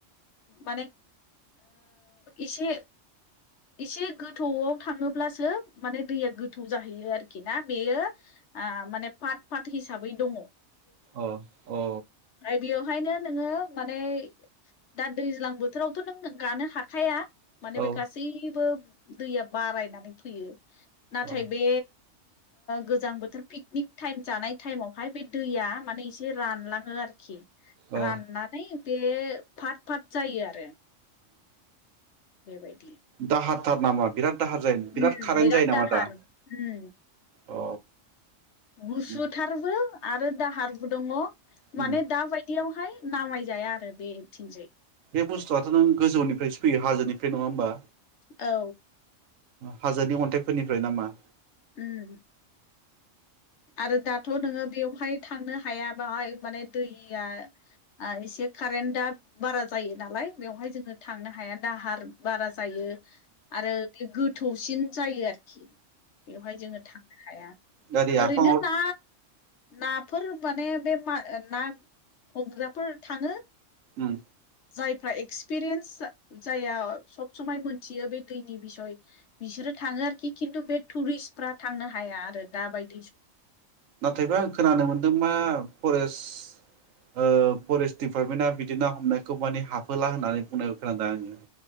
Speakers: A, on the left; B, on the right.
A: माने इसे एसे गोथौआव थांङोब्लासो माने दैया गोथौ जाहैयो आरोखि ना बेयो माने पाट पाट हिसाबै दंङ
B: अ औ
A: बेवहायनो नोंङो माने दा दैज्लां बोथोरावथ' नों गानो हाखाया माने
B: औ
A: बे गासैबो दैया बारायनानै फैयो नाथाय
B: औ
A: बे गोजां बोथोर पिकनिक टाइम जानाय टाइमावहाय बे दैया माने एसे रानलां आरोखि
B: औ
A: राननानै बे फत फाथ जायो आरो बेबायदि
B: दाहार थार नामा बिराद दाहार जायो बिराद
A: उम
B: कारेन्ट जायो
A: दाहार
B: नामा दा
A: उम
B: अ
A: गुसुथारबो
B: उम
A: आरो दाहारबो दङ माने
B: उम
A: दााबायदियावहाय नामाय जाया आरो बे थिंजाय
B: बे बुस्थुआथ' नों गोजौनिफ्रायसो फैयो हाजोनिफ्राय नङा होनोमबा
A: औ
B: हाजोनि अन्थाइफोरनिफ्राय नामा
A: ओम आरो दाथ' नोङो बेवहाय थांनो हायाबाहाय माने दैया एसे कारेन्टा बारा जायो नालाय बेवहाय जोङो थांनो हाया दाहार बारा जायो आरो गोथौसिन जायो आरोखि बेवहाय जोङो थांनो हाया
B: गारि
A: ओरैनो
B: आफाङाव
A: ना नाफोर माने बे मा ना हमग्राफोर थाङो
B: ओम
A: जायफ्रा एक्सपिरियेन्स जायहा सब समाय मोनथियो बे दैनि बिसय बिसोरो थाङो आरोखि खिन्थु बे टुरिस्टफ्रा थांनो हाया आरो दा बायदि
B: नाथायबा आं खोनानो मोनदों मा फरेस्ट ओ फरेस्ट दिडपार्टमेन्टा बिदिनो हमनायखौ माने हाबफोला होननानै बुंनाय खोनादोंा आङो